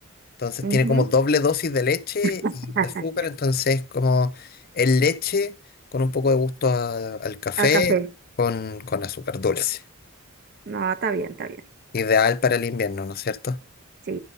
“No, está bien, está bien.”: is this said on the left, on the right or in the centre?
Right